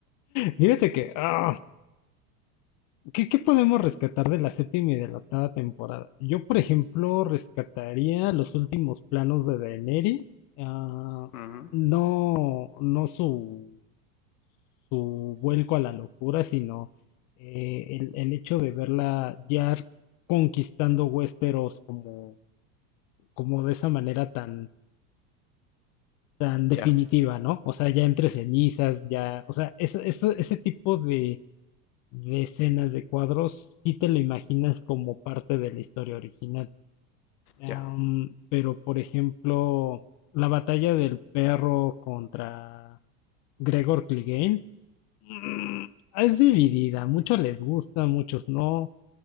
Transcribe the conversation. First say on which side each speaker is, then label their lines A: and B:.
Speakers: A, on the left; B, on the left.
A: fíjate que, ah, ¿Qué, qué podemos rescatar de la séptima y de la octava temporada? Yo, por ejemplo, rescataría los últimos planos de Daenerys. ah,
B: Ujú,
A: no, no su, su vuelco a la locura, sino eh, el, el hecho de verla ya conquistando Westeros como, como de esa manera tan, tan definitiva,
B: Ya,
A: ¿no? O sea, ya entre cenizas, ya, o sea, eso, eso- ese tipo de decenas de cuadros, sí te lo imaginas como parte de la historia original. Am,
B: ya.
A: pero, por ejemplo, la batalla del perro contra Gregor Clegane mm, es dividida. Muchos les gusta, muchos no.